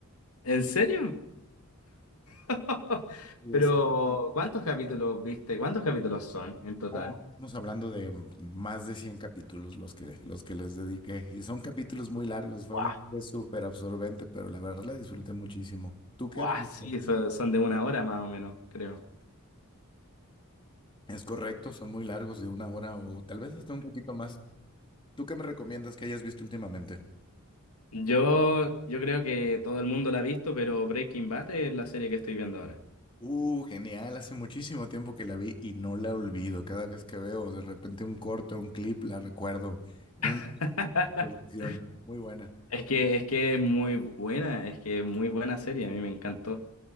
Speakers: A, on the left; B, on the left.
A: ¿En serio? <laughs>
B: Y
A: Pero,
B: es,
A: ¿cuántos capítulos viste? ¿Cuántos capítulos son en total?
B: como- estamos hablando de mm, más de 100 capítulos los que, los que les dediqué y son capítulos muy largos, fue
A: Guau,
B: una serie súper absorbente, pero la verdad la disfruté muchísimo. ¿Tú
A: guau,
B: qué has visto?
A: sí, eso son de una hora más o menos, creo.
B: Es correcto, son muy largos de una hora o tal vez hasta un poquito más. ¿Tú qué me recomiendas que hayas visto últimamente?
A: Yo, yo creo que todo el mundo la ha visto, pero Breaking Bad es la serie que estoy viendo ahora.
B: Uh, genial, hace muchísimo tiempo que la vi y no la olvido. Cada vez que veo de repente un corto, un clip, la recuerdo. Una
A: <laughs>
B: producción muy buena.
A: Es que, es que es muy buena, es que es muy buena serie, a mí me encantó.